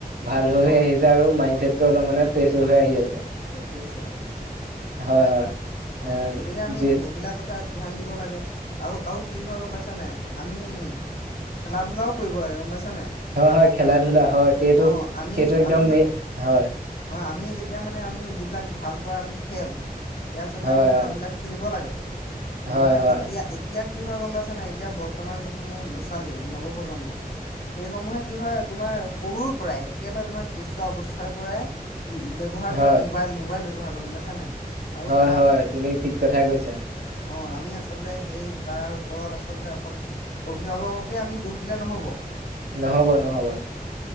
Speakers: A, on the right; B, on the left.
A: ভাল হৈ
B: হয়,
A: হৈ আহিছে আৰু মাইন্ডছেটটো অলপ
B: হয়।
A: মানে ফ্ৰেছ হৈ হৈ আহি আছে,
B: ফ্ৰে- ফ্ৰেছ হয়, ফ্ৰেছ হয়,
A: হয়, হয়,
B: অ'
A: এ
B: গতিকে আমি
A: যি
B: সেইবিলাকত ধ্যান দিব লাগে আৰু, আৰু কি হয় গম পাইছা নাই আমি খেলা-ধূলাও কৰিব লাগে গম পাইছা নাই।
A: হয়, হয়, খেলা-ধূলা
B: আমি
A: হয় সেইটো
B: অ' আমি
A: সেইটো একদম
B: আমি
A: মে হয়
B: অ আমি যেতিয়া মানে, আমি যিবিলাক ভাল পোৱা আমি খেল এইয়া আচলতে
A: হয়
B: আমি খেলবিলাক
A: অ
B: খেলিব লাগে। তোমাৰ
A: হয় হয়
B: এতিয়া-এতিয়া কি হয় গম পাইছা নাই, এতিয়া বৰ্তমান যিসমূহ ল'ৰা-ছোৱালী নৱ প্ৰজন্ম, সেই সমূহ কি হয় তোমাৰ সৰুৰ পৰাই একেবাৰে তোমাৰ কেঁচুৱা অৱস্থাৰ পৰাই ই ব্যৱহাৰ
A: হয়
B: কৰা মোবাইল, মোবাইল হাগৰ গম পছা নাই? আৰু
A: হয়,
B: তাৰ
A: হয়, তুমি ঠিক কথাই কৈছা।
B: অঁ আমি আচলতে সেই তাৰ ওপৰত আচলতে অকল অভিভাৱককে আমি দোষ দিলে নহ'ব।
A: নহ'ব, নহ'ব